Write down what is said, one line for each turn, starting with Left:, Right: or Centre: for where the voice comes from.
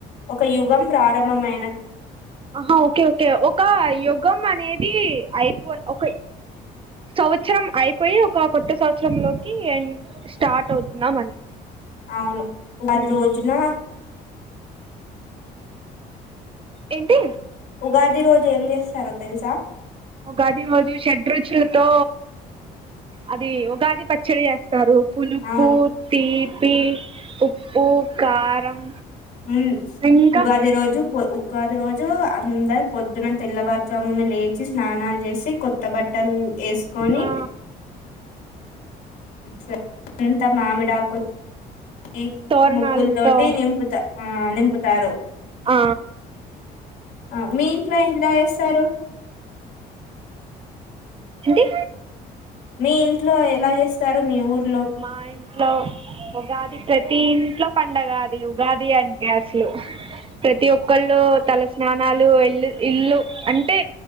Left: ఒక యుగం ప్రారంభమైన
Right: ఆహా ఓకే ఓకే ఒక యుగం అనేది అయిపో ఒక సంవత్సరం అయిపోయి ఒక కొత్త సంవత్సరం లోకి స్టార్ట్ అవుతున్నాం అని
Left: అవును ఉగాది
Right: మ్మ్
Left: రోజున
Right: ఏంటి
Left: ఉగాది రోజు ఏం చేస్తారో తెలుస
Right: ఉగాది రోజు షడ్రుచులతో అది ఉగాది పచ్చడి చే సరు పలుపు
Left: అవును
Right: తీపి ఉప్పు కారం
Left: ఉ
Right: ఇంకా
Left: ఉగాది రోజు ఉగాది రోజు అందరు పొద్దున తెల్లవారు చామున లేచి స్నానాలు చేసి కొత్త బట్టలు ఎసుకొని
Right: ఆ
Left: సరి పడింత మామిడాకు ఈ
Right: తోరణాలతో
Left: ముగ్గుల తోటి నింపుత ఆ నింపుతారు
Right: ఆ
Left: ఆ మీ ఇంట్లో ఇంలా వస్తారు <unintelligible>
Right: ఏంటి
Left: మీ ఇంట్లో ఎలా చేస్తారు మీ ఊరు
Right: మా ఇంట్లో ఉగాది ప్రతి ఇంట్లో పండగది ఉగాది అంటే అసలు ప్రతి ఒక్కళ్ళు తల స్నానాలు ఇల్ ఇల్లు అంటే